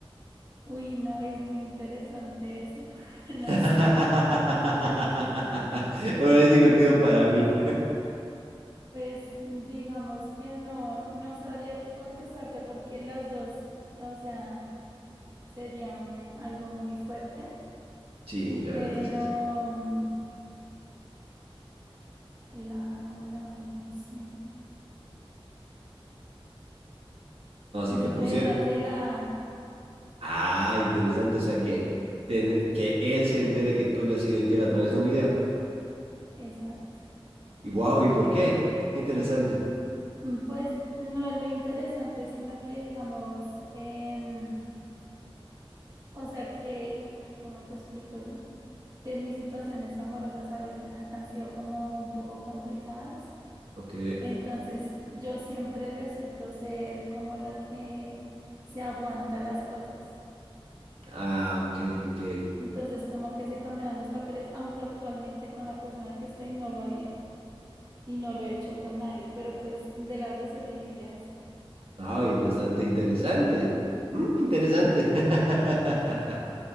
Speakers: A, on the right; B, on the right.
A: Uy, no, es muy interesante eso. <laughs> No
B: <laughs>
A: sé.
B: bueno, es divertido para mí.
A: Pues digamos que no, no sabría qué contestarte porque las dos, o sea, sería un algo muy fuerte,
B: Sí, la
A: pero
B: verdad es que sí.
A: mm, la o la B, no sé.
B: No, si
A: Yo
B: te pusiera...
A: creería que la,
B: Ah, interesante. O sea, que, te- que él se entere que tú le has sido infiel a través de un video.
A: exacto,
B: Y wow, ¿y por qué? Qué interesante.
A: Mm, pues no es lo interesante, sino que digamos, em, o sea que, ay, ¿cómo te explico yo? Que mis situaciones amorosas a veces han, han sido como un poco complicadas,
B: Ok.
A: entonces yo siempre resulto ser como la que se aguanta las cosas,
B: Ah, ok, ok.
A: entonces como que se cambiarán los papeles, aunque actualmente con la persona que estoy no lo haría y no lo he hecho con nadie, pero pues de las dos elegiría esa.
B: Ay, bastante interesante. Mm, interesante. <laughs>